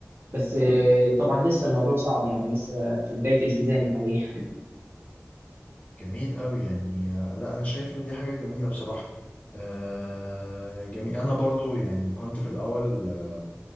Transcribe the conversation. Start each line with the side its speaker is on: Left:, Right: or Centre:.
Right: بس آه، طبعا لسه الموضوع صعب يعني لسه في بداية التزامي حاليا
Left: جميل قوي يعني آه، لا انا شايف ان دي حاجه جميله بصراحه آه، جميل انا برضو يعني كنت في الاول آه،